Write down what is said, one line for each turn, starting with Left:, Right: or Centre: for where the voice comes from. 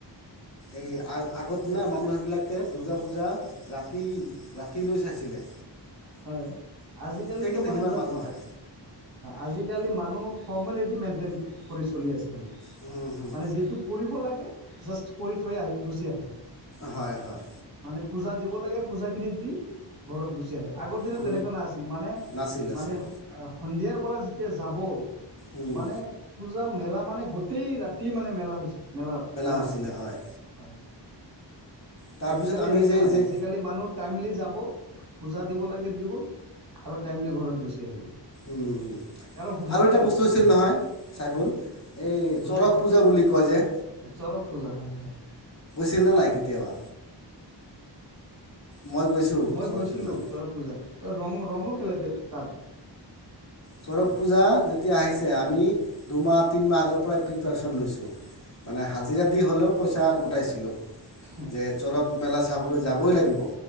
Left: এই আ আগত
Right: যে
Left: না মানুহেইবিলাক দুৰ্গা পূজা ৰাতি, ৰাতিলৈ চাইছিলে।
Right: হয়। আজিকালিতো
Left: এতিয়া কিন্তু
Right: মানে
Left: সিমান
Right: জাস্ত
Left: মানুহ নহয়
Right: আজিকালি মানুহ ফৰ্মেলিটি মেইনটেইন কৰি চলি আছে।
Left: হুম হুম
Right: মানে যিটো কৰিব লাগে, জাষ্ট কৰি থৈ আহি গুচি আহে।
Left: হয়। হয়।
Right: মানে পূজা দিব লাগে, পূজা খিনি দি ঘৰত গুচি আহে। আগৰ দিনত
Left: গ
Right: তেনেকুৱা নাছিল। মানে
Left: নাছিল নাছিল
Right: মানে সন্ধিয়াৰ পৰা যেতিয়া যাব
Left: উম
Right: মানে পূজা মেলা মানে গোতেেই ৰাতি মানে মেলা হৈছে মেলা মেলা
Left: হৈছিলে
Right: আছিল।
Left: হয়
Right: হয়
Left: তাৰপিছত
Right: আজিকালি
Left: আমি
Right: এনেককাে
Left: যে
Right: নাই।
Left: যে
Right: আজিকালি মানুহ টাইমলি যাব। পূজা দিব লাগে দিব আৰু টাইমলি ঘৰত গুচি আহিব।
Left: উম হুম।
Right: কাৰো সময়
Left: আৰু এটা
Right: নাই
Left: বস্তু
Right: তাৰমানে
Left: হৈছিল নহয় চাইফুল, এই
Right: কোনটোবা
Left: চৰক পূজা বুলি কয় যে
Right: চৰক পূজা হয়-হয়।
Left: ছিল নাই কেতিয়াবা মই গৈছোঁ
Right: মই
Left: চৰক
Right: গৈছিলো
Left: পূজাত
Right: চৰগ পূজাত। ৰং-ৰংও খেলেতে তাত।
Left: চৰক
Right: হয়
Left: পূজা যেতিয়া আহিছে, আমি
Right: হয়
Left: দুমাহ তিনিমাহ আগৰ পৰাই প্ৰিপেৰেতন লৈছো। মানে হাজিৰা দি হ'লেও পইচা গোটাইছিলো
Right: হয়
Left: যে চৰক মেলা চাবলৈ যাবই লাগিব